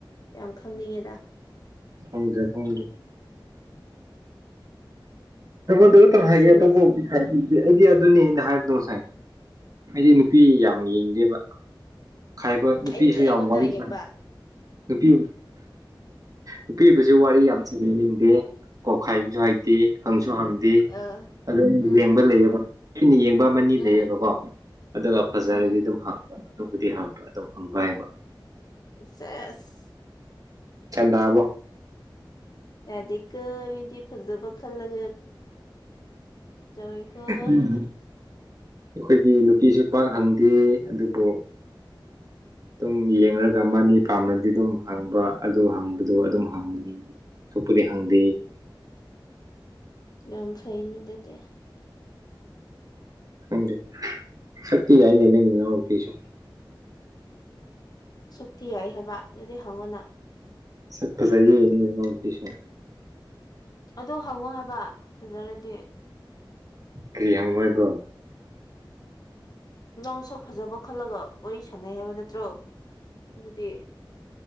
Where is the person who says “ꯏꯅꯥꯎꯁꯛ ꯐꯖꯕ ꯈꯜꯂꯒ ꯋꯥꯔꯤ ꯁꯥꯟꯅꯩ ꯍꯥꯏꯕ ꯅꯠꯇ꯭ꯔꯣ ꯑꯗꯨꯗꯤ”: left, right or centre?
Left